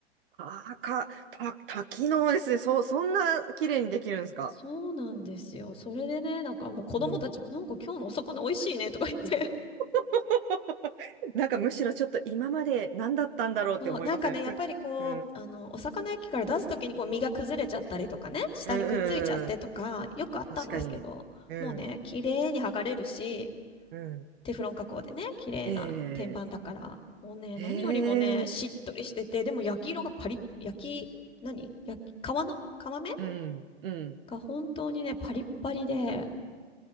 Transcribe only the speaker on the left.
そうなんですよ。それでね、なんかもう子供たちも、
なんか今日のお魚美味しいねとか言って。
<laughs> そう、なんかね、やっぱりこう、
あの、お魚焼きから出すときにこう身が崩れちゃったりとかね、下にくっついちゃってとか、
よくあったんですけど、
もうね、綺麗に剥がれるし、
テフロン加工でね、綺麗な天板だから、
もうね、
何よりもね、しっとりしてて、でも焼き色がパリッ、焼き、何焼き、皮の、皮目
が本当にね、パリッパリで、